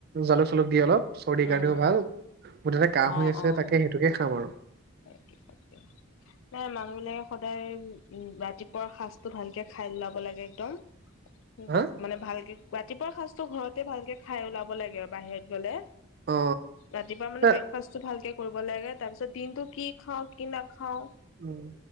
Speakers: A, on the right; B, on the left.
A: জালুক চালুক দি অলপ চৰ্দিৰ
B: উম
A: কাৰণেও ভাল, মুঠতে কাহ
B: অ
A: হৈ আছে
B: অ
A: তাকে সেইটোকে খাম আৰু।
B: <unintelligible> নাই মানুহবিলাকে সদায় উম ৰাতিপুৱা সাজটো ভালকে খাই ওলাব লাগে একদম,
A: হা
B: গব মানে ভালকে ৰাতিপুৱাৰ সাজটো ঘৰতে ভালকে খাই ওলাব লাগে আৰু বাহিৰত গ'লে।
A: অ
B: ৰাতিপুৱা মানে
A: এ
B: ব্ৰেকফাষ্টটো ভালকে কৰিব লাগে তাৰপিছত দিনটো কি খাওঁ, কি নাখাওঁ,
A: উম।